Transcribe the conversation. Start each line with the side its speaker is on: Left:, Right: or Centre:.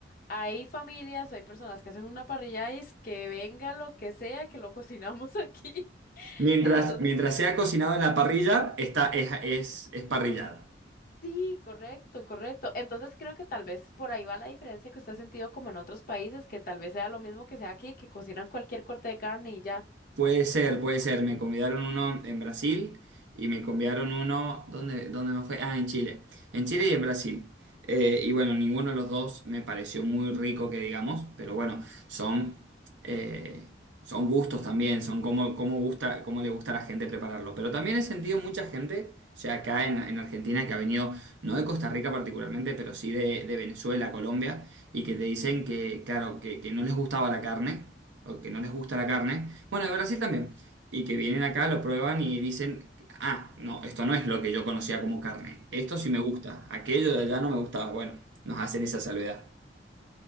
Left: Hay familias o hay personas que hacen una parrillada y es que venga lo que sea, que lo cocinamos aquí. <laughs>
Right: Mientras,
Left: Entonces,
Right: mientras sea cocinado en la parrilla, está, es, es, es parrillada.
Left: sí, correcto, correcto. Entonces creo que tal vez por ahí va la diferencia que usted ha sentido como en otros países, que tal vez sea lo mismo que sea aquí, que cocinan cualquier corte de carne y ya.
Right: Puede ser, puede ser. Me convidaron uno en Brasil y me convidaron uno, ¿dónde, dónde me fue? Ah, en Chile. En Chile y en Brasil. Eh, y bueno, ninguno de los dos me pareció muy rico que digamos, pero bueno, son, eh, son gustos también, son cómo, cómo gusta, cómo le gusta a la gente prepararlo. Pero también he sentido mucha gente, o sea, acá en, en Argentina que ha venido, no de Costa Rica particularmente, pero sí de, de Venezuela, Colombia, y que te dicen que, claro, que que no les gustaba la carne o que no les gusta la carne. Bueno, de Brasil también. Y que vienen acá, lo prueban y dicen, ah, no, esto no es lo que yo conocía como carne. Esto sí me gusta. Aquello de allá no me gustaba. Bueno, nos hacen esa salvedad.